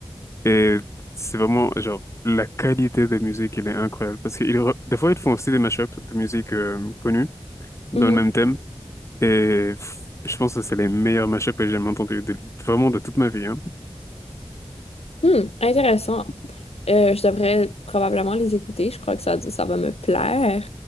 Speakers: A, on the left (about 30°); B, on the left (about 80°).
A: Et c'est vraiment, genre... La qualité des musiques, elle est incroyable. Parce que des fois, ils font aussi des mashups de musique euh, connue dans
B: Mhm.
A: le même thème. Et pff, je pense que c'est les meilleurs mashups que j'ai jamais entendus, de- vraiment de toute ma vie. Hein.
B: Hmm, intéressant. Euh, je devrais probablement les écouter. Je crois que ça, ça va me plaire.